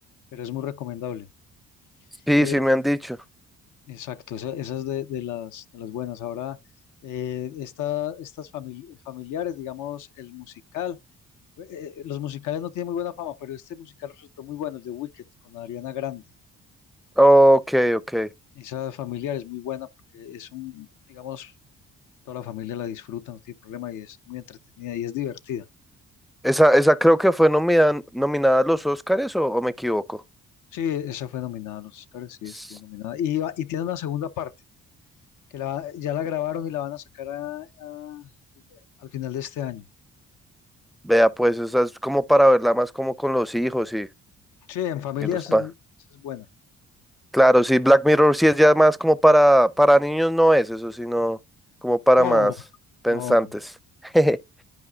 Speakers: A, on the left (about 80°); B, in the centre.
A: pero es muy recomendable.
B: Sí,
A: Eh,
B: sí me han dicho.
A: exacto, esa- esas de, de las, de las buenas. Ahora, eh, esta- estas famili- familiares, digamos, el musical. eh, eh, los musicales no tienen muy buena fama, pero este musical resultó muy bueno, el de Wicked, con Ariana Grande.
B: Ok, ok.
A: Esa familiar es muy buena porque es un, digamos, toda la familia la disfruta, no tiene problema y es muy entretenida y es divertida.
B: Esa, esa creo que fue nomina- nominada a los Oscars o, o me equivoco.
A: Sí, esa fue nominada a los Oscars, sí,
B: S-
A: estuvo nominada. Y, va- y tiene una segunda parte, que la, ya la grabaron y la van a sacar a- a- al final de este año.
B: Vea, pues esa es como para verla más como con los hijos y,
A: Sí, en familia
B: y los
A: esa
B: pa.
A: es, esa es buena.
B: Claro, sí, Black Mirror sí es ya más como para, para niños no es eso, sino como para
A: No,
B: más pensantes.
A: no,
B: <laughs>